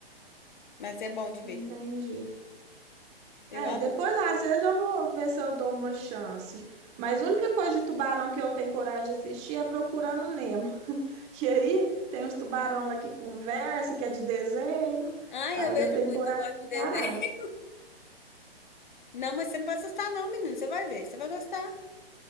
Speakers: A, on the left; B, on the right.
A: Mas é bom de ver.
B: Entendi.
A: Eu
B: É,
A: adoro.
B: depois às vezes eu vou ver se eu dou uma chance. Mas a única coisa de tubarão que eu tenho coragem de assistir é Procurando Nemo. <laughs> Que aí tem uns tubarão lá que conversa, que é de desenho.
A: Ah,
B: Aí
A: eu vejo
B: eu tenho
A: muito,
B: coragem
A: eu gosto
B: de encarar.
A: de desenho. Não, mas você não vai assustar, não, menino. Você vai ver, você vai gostar.